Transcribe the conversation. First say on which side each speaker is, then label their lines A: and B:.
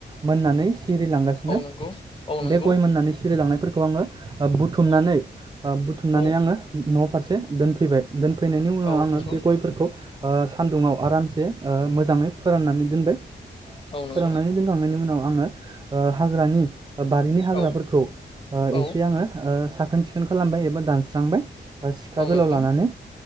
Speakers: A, on the right; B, on the left.
A: मोननानै सिरिलांगासिनो
B: औ नंगौ औ नंगौ
A: बे गय मोननानै सि सिरिलांनायफोरखौ आङो ओ बुथुमनानै
B: औ
A: आं बुथुमनानै
B: औ
A: आङो न फारसे दोनफैबाय दोन फैनायनि उनाव
B: औ
A: आङो
B: नंगौ
A: बे गयफोरखौ आं सान्दुङाव आरामसे मोजाङै फोराननानै दोनबाय
B: औ नंगौ
A: फोरांनानै दोनखांनायनि उनाव आङो ओ हाग्रानि बारिनि हाग्राफोरखौ
B: औ औ
A: एसे आङो ओ साखोन सि खोन खालामबाय एबा दानस्रांबाय। बा सिखा
B: औ
A: गोलाव
B: नंगौ
A: लानानै